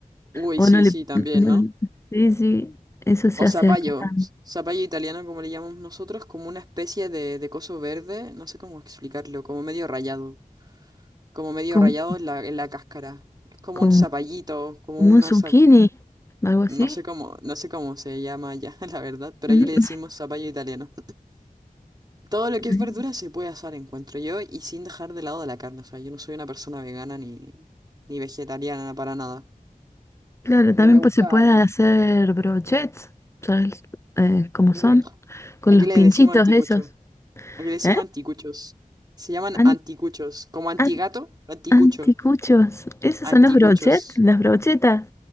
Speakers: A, on the right; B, on the left.
A: Uy,
B: O
A: sí,
B: no le...
A: sí, también,
B: no
A: ¿no?
B: le- sí, sí, eso se
A: O
B: hace
A: zapallo,
B: acá también.
A: s- zapallo italiano como le llamamos nosotros, como una especie de, de coso verde, no sé cómo explicarlo, como medio rayado, como medio
B: Con,
A: rayado en la, en la cáscara. Es como
B: con-
A: un zapallito, como
B: como
A: una,
B: un zucchini,
A: za-
B: algo así.
A: no sé cómo, no sé cómo se llama ya, <laughs> la verdad, pero
B: Mm,
A: allí le
B: <laughs>
A: decimos zapallo italiano. Todo lo que
B: mm.
A: es verdura se puede asar, encuentro yo, y sin dejar de lado de la carne, o sea, yo no soy una persona vegana ni, ni vegetariana para nada,
B: Claro, también
A: pero me gusta,
B: pues, se puede hacer brochets, ¿sabes? Eh, cómo
A: aquí
B: son?
A: le,
B: Con
A: aquí
B: los
A: le
B: pinchitos
A: decimos anticucho.
B: esos.
A: Aquí le decimos
B: ¿Eh?
A: anticuchos. Se llaman
B: An-
A: anticuchos. Como antigato,
B: an-
A: anticucho.
B: anticuchos. ¿Esos
A: Anticuchos.
B: son los brochets? Las brochetas.